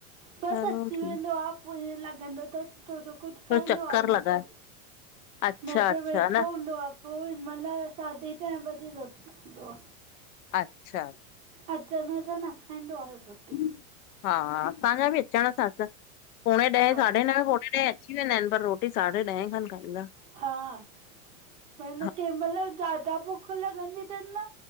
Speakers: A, on the right; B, on the left.
A: बसि
B: चलो
A: अची
B: ठीक
A: वेंदो आ, पोइ ईअं लॻंदो तस थोड़ो कुछ खाईंदो
B: थोरो चक्कर
A: आ नत,
B: लॻाए अच्छा
A: नत
B: अच्छा
A: वेठो
B: न
A: हूंदो आ उहो हिन महिल साढे ॾहें बजे रोटी खाईंदो आ।
B: अच्छा
A: अचण सां न खाइंदो आ रोटी
B: हा, तांखे बि अचण सां <unintelligible> पोणे ॾहें,
A: हा
B: साढे नवे पोणे ॾहें अची वेंदा आहिनि, पर रोटी साढे ॾहें खनि खाईंदा।
A: हा, पर न
B: हा
A: कंहिं महिल ज्यादा भुख लॻंदी तनि न